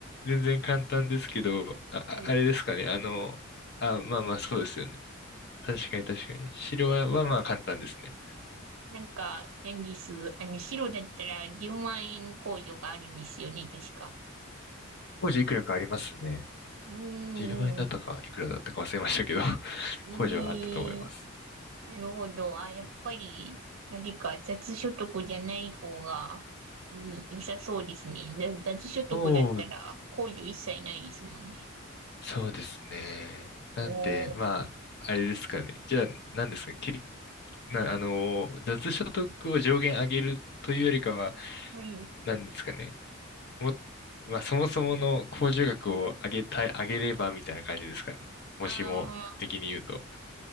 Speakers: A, on the left; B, on the right.
A: 全然簡単ですけど、あ、ああれですかね。
B: うん。
A: あの、あ、まあまあ、そうですよね。確かに確かに。白は、はまあ簡単ですね。
B: なんか、何です。あの、白だったら10万円控除があるんですよね、確か。
A: 工事いくらかありますね。
B: うー
A: 10万円だったか、
B: ん。
A: いくらだったか忘れましたけど、<laughs>
B: ええ
A: 工事はあったと思います。
B: なるほど。あ、やっぱり、何か、雑所得じゃない方がいい、良さそうですね。雑雑所得だったら、
A: そう、
B: 控除一切ないですもんね。
A: そうですね。
B: おー。
A: なんで、まあ、あれですかね。じゃあ、何ですかね。け、な、あの、雑所得を上限上げるというよりかは、
B: はい。
A: なんですかね。も、まあ、そもそもの控除額を上げたい、上げればみたいな感じですかね。もしも的に言うと。
B: あ